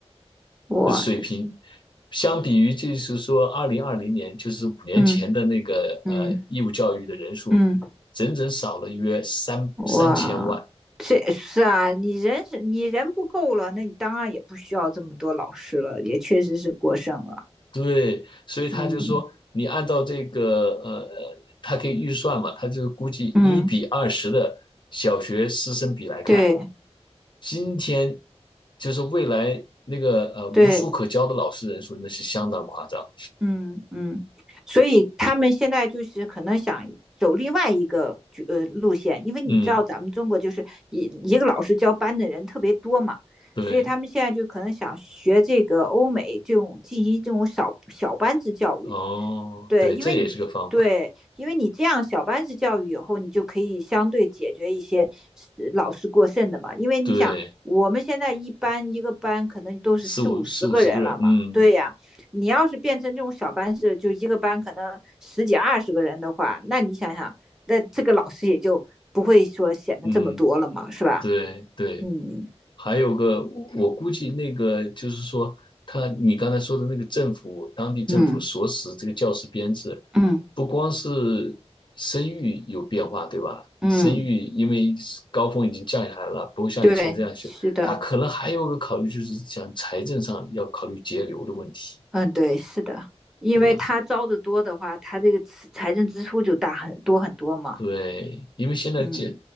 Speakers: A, in the centre; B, on the left (about 45°).
A: 我
B: 水平，相比于就是说二零二零年，就是五年前的那个呃义务教育的人数，
A: 嗯嗯嗯，
B: 整整少了约三三千万。
A: 哇，这是啊，你人是你人不够了，那你当然也不需要这么多老师了，也确实是过剩了。
B: 对，所以他就说，
A: 嗯
B: 你按照这个呃，他可以预算嘛，他就估计一比二十的小学师生比来看，
A: 嗯，对
B: 今天就是未来那个呃无书可教的老师人数，
A: 对，
B: 那是相当夸张。
A: 嗯嗯，所以他们现在就是可能想走另外一个呃路线，因为你知道咱们中国就是一一个老师教班的人特别多嘛，
B: 嗯，对，
A: 所以他们现在就可能想学这个欧美这种进行这种小小班制教育，
B: 哦，
A: 对，
B: 对，
A: 因为你对，
B: 这也是个方法。
A: 因为你这样小班制教育以后，你就可以相对解决一些是老师过剩的嘛。因为你想，
B: 对，
A: 我们现在一班一个班可能都是四五十个人了嘛。
B: 四五四五十个人，嗯
A: 对呀，你要是变成这种小班制，就一个班可能十几二十个人的话，那你想想，那这个老师也就不会说显得这么多了嘛，
B: 嗯，
A: 是吧？
B: 对对。
A: 嗯
B: 还有个，我估计那个就是说，他你刚才说的那个政府，当地政府所使这个教师编制，
A: 嗯嗯
B: 不光是生育有变化，对吧？
A: 嗯，
B: 生育因为高峰已经降下来了，不会像以前这样去。
A: 对，是的。
B: 他可能还有个考虑，就是想财政上要考虑节流的问题，
A: 嗯，对，是的，因为他招的多的话，
B: 对吧？
A: 他这个支财政支出就大很多很多嘛。
B: 对，因为现在教
A: 嗯